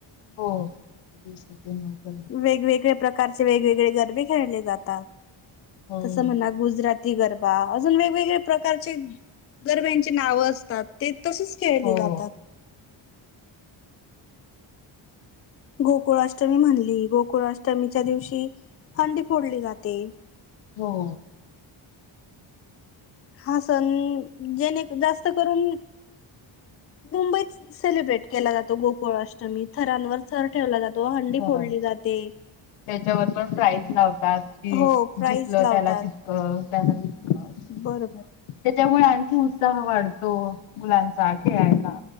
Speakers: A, on the left; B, on the left.
A: हो. <unintelligible>
B: वेगवेगळे प्रकारचे वेगवेगळे गरबे खेळले जातात,
A: हो
B: तस म्हणा गुजरा -- ती गरबा अजून वेगवेगळे प्रकारचे गरब्यांची नाव असतात. ते तसच खेळले
A: हो
B: जातात. गोकुळाष्टमी म्हणली. गोकुळाष्टमीच्या दिवशी हंडी फोडली जाते.
A: हो.
B: हा सण जेणे जास्त करून मुंबईत सेलिब्रेट केला जातो. गोकुळ अष्टमी थरांवर. थर ठेवला जातो, हंडी
A: खरं
B: फोडली जाते.
A: त्याच्यावर पण प्राईज लावतात. की
B: हो प्राईज
A: जिंकल
B: लावतात
A: त्याला तितक त्याला जितक अस
B: बरोबर
A: त्याच्यामुळे आणखी उत्साह वाढतो. मुलांचा खेळायला.